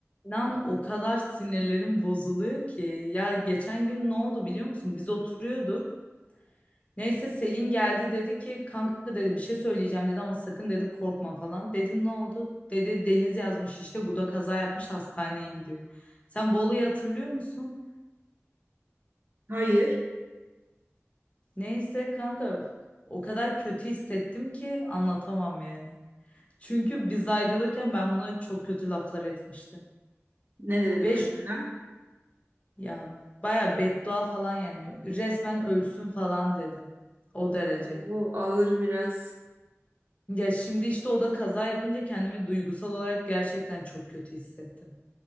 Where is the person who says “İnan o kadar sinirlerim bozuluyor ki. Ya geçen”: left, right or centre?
Left